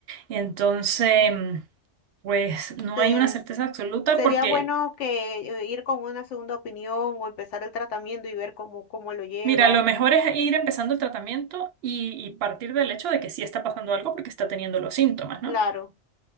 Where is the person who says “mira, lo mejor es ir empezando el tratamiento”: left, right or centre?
Right